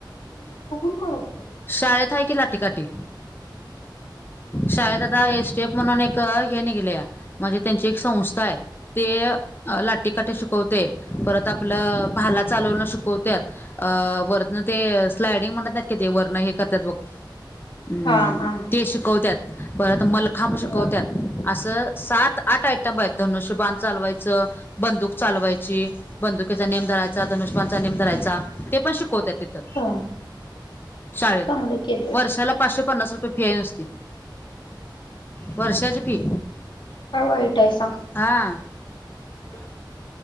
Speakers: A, on the left (about 80°); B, on the left (about 25°).
A: तिझं बगून करत होता त्यो.
B: शाळेेत हाय कि लाटीकाटी,
A: तो.
B: शाळेेत आत ता आहे स्टेप म्हणून एक हे निघलयां म्हणजे त्यांची एक संस्था आहे, ते लाठीकाठी शिकवतय, परत आपलं भाला चालवणं शिकवत्यात, आ वरनं ते स्लायडिंग म्हणत नाही काय ते वरन हे करत्यात बघं, हम्म
A: हा हा
B: ते शिकवत्यात. परत मलखांब शिकवत्यात.
A: हा
B: असं सात-आठ आयटंब आहेत, धनुष्यबाण चालवाय च बंदूक चालवायची, बंदुकीचा नेम धरायचा, धनुष्यबाणचा नेम धरायचा. ते पण शिकवत्यात तिथं,
A: हा
B: शाळेत,
A: ते चांगलं केलं
B: वर्षाला पाचशे पन्नास रुपये फी आहे नुसती, वर्षाची फी.
A: काय वाईट आहे सांग.
B: हा. ब <inaudible>